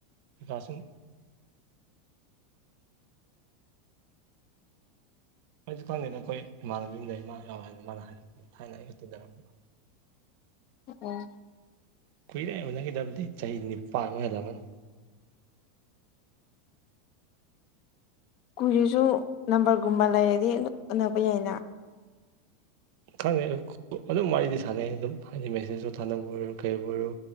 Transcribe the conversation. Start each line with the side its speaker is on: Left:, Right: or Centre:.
Right: ꯄꯩꯀꯥꯥꯁꯨꯝ ꯑꯩꯁꯨ ꯈꯪꯗꯦꯗ ꯑꯩꯈꯣꯏ ꯏꯃꯥꯟꯅꯕꯤ ꯑꯃ ꯂꯩ ꯃꯥ ꯌꯥꯎꯔꯦ ꯍꯥꯏꯅ ꯃꯥꯅ ꯍꯥꯏꯔꯛꯄꯅꯤ ꯊꯥꯏꯅ ꯑꯩꯒ ꯇꯤꯟꯅꯔꯝꯕ
Left: ꯑꯣ
Right: ꯀꯨꯏꯔꯦ ꯑꯣꯏꯅꯈꯤꯗꯕꯗꯤ ꯆꯍꯤ ꯅꯤꯄꯥꯟ ꯑꯣꯏꯔꯝꯃꯅꯤ
Left: ꯀꯨꯏꯔꯁꯨ ꯅꯝꯕꯔꯒꯨꯝꯕ ꯂꯩꯔꯗꯤ ꯎꯅꯕ ꯌꯥꯏꯅ
Right: ꯈꯪꯉꯦ ꯑꯗꯨꯝ ꯋꯥꯔꯤꯗꯤ ꯁꯥꯟꯅꯩ ꯑꯗꯨꯝ ꯍꯥꯏꯗꯤ ꯃꯦꯁꯦꯖꯇꯣ ꯁꯥꯟꯅꯕ ꯑꯣꯏꯔꯣ ꯀꯔꯤꯕꯨ ꯑꯣꯏꯔꯣ